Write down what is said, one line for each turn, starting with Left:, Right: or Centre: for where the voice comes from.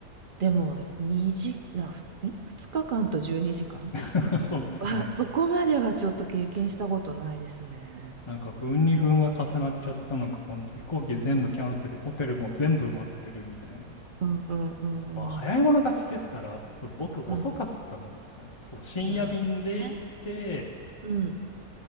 Right: でも、2時、な、ふん2日間と12時間
Left: <laughs> そうですね。
Right: わそこまではちょっと経験したことないですね。
Left: なんか不運に不運が重なっちゃったのか、本当飛行機全部キャンセル、
Right: うん、
Left: ホテルも全部埋まってるみたいな。
Right: うんうんうんうん。
Left: まあ、早い者勝ちですから、そう、僕遅かったんですよね。
Right: うん、
Left: そう、深夜便で行って、
Right: なるほどね。うん、